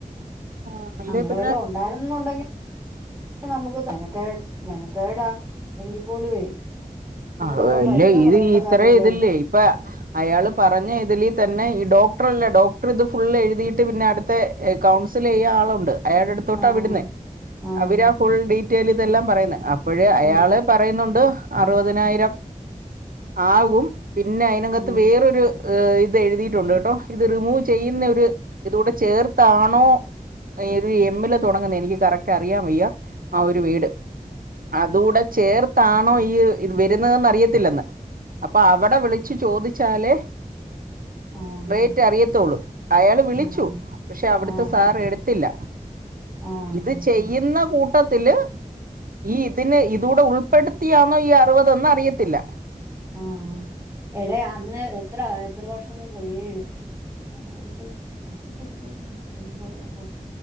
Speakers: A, on the right (about 75°); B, on the right (about 20°).
A: ആഹ് അല്ലേ
B: അങ്ങനെ
A: പിന്നെ
B: വല്ല ഉണ്ടായിരുന്നുണ്ടെങ്കി നമുക്ക് മെനക്കേ മെനക്കേടാ എങ്കിൽ പോലുവേ നമുക്ക്
A: ആഹ്
B: ഇത്രോം
A: ഇല്ലേ
B: പൈസ
A: ഇത്
B: കളയേണ്ട
A: ഇത്ര
B: കാര്യമില്ലായിരുന്നു
A: ഇത്ല്ലേ ഇപ്പ അയാള് പറഞ്ഞ ഇതില് തന്നെ ഈ ഡോക്ടർ അല്ല ഡോക്ടർ ഇത് ഫുള്ള് എഴുതീട്ട് പിന്നെ അട്ത്ത കൗൺസില് ചെയ്യാ ആളവ്ടാ അയാടെ അട്ത്തോട്ടാ
B: ആഹ്
A: വിടുന്നെ
B: ആഹ്
A: അവരാ ഫുൾ ഡീറ്റെയിൽ ഇതെല്ലാം പറയുന്നേ അപ്പോഴെ അയാള്
B: ആഹ്
A: പറയുന്നുണ്ട് അറുപതിനായിരം ആകും. പിന്നെ അയ്നകത്ത്
B: ആഹ്
A: വേറൊരു ഹ് ഇത് എഴുതിട്ടുണ്ട് ട്ടോ, ഇത് റിമൂവ് ചെയ്യുന്ന ഒര് ഇതൂടെ ചേർത്താണോ? എത് എമ്മില് തുടങ്ങുന്ന എനിക്ക് കറക്റ്റ് അറിയാൻ വയ്യ ആഹ് ഒരു വീട്. അതു കൂടെ ചേർത്താണോ ഈ ഇത് വരുന്നതെന്ന് അറിയത്തില്ലെന്ന്. അപ്പൊ അവിടെ വിളിച്ചു ചോദിച്ചാലേ..
B: ആഹ്
A: റേറ്റ്
B: ആഹ്
A: അറിയത്തോളു അയാള് വിളിച്ചു,
B: ആഹ്
A: പക്ഷെ അവിട്ത്തെ
B: ആഹ്
A: സാറ് എടുത്തില്ല.
B: ആഹ്
A: ഇത്
B: ആഹ്
A: ചെയ്യുന്ന കൂ ട്ടത്തില് ഈ ഇതിന് ഇതൂടെ ഉൾപ്പെടുത്തിയാണോ ഈ അറുപതെന്ന് അറിയത്തില്ല.
B: ആഹ് എടെ അന്ന് എത്ര എത്ര വർഷം മുമ്പ് ഏഴ് അവക്ക് ഇപ്പ എത്ര വയസുണ്ട് ഒമ്പത് പ